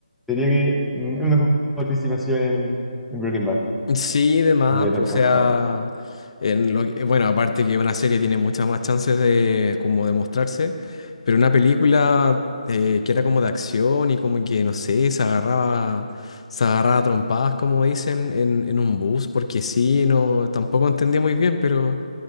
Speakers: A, in the centre; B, on the left.
A: diría que mm, es mejor participación en, en Breaking Bad
B: Sí, demás,
A: y Better
B: o sea,
A: Call Saul.
B: en lo que- bueno, aparte que una serie tiene muchas más chances de como de mostrarse, pero una película eh, que era como de acción y como que, no sé, se agarraba, se agarraba a trompadas, como dicen, en, en un bus, porque sí, no, tampoco entendía muy bien, pero